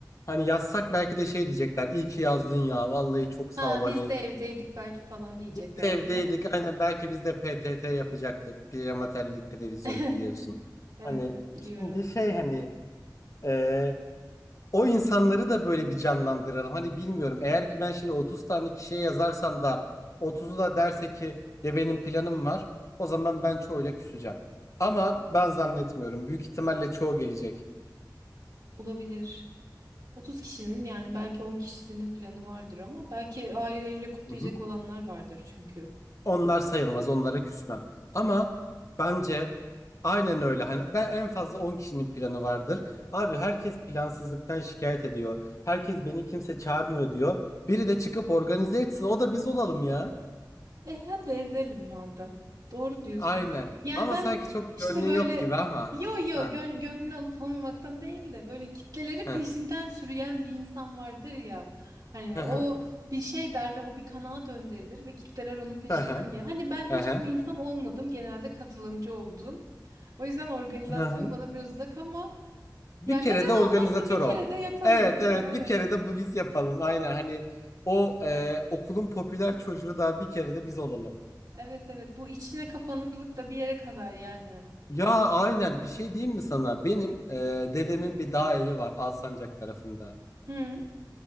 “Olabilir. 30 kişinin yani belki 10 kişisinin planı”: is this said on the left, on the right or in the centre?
Right